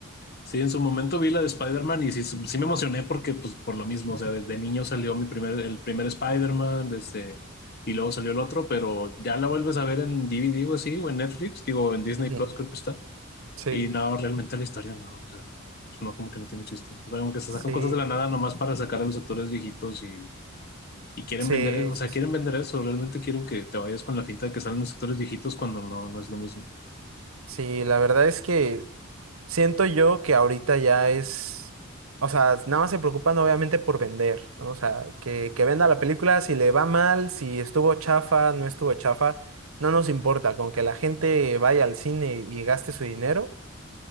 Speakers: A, on the left (about 50°); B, on the right (about 75°).
A: Sí, en su momento vi la de Spider-Man y sí, sí sí me emocioné porque, pues, por lo mismo, o sea, desde niño salió mi primer, el primer Spider-Man, desde, y luego salió el otro, pero ya la vuelves a ver en DVD o así, o en Netflix, digo, en Disney
B: Ujú.
A: Plus creo que está,
B: Sí,
A: y no, realmente la historia no, o sea, pues, no, como que no tiene chiste. O sea, como que se
B: sí,
A: sacan cosas de la nada nomás para sacar a los actores viejitos y, y quieren
B: sí,
A: vender eso, o
B: sí,
A: sea, quieren
B: sí.
A: vender eso, realmente quieren que te vayas con la finta de que salen los actores viejitos cuando no, no es lo mismo.
B: Sí, la verdad es que siento yo que ahorita ya es, o sea, nada más se preocupan obviamente por vender, ¿no? O sea, que, que venda la película, si le va mal, si estuvo chafa, no estuvo chafa, no nos importa, con que la gente vaya al cine y gaste su dinero,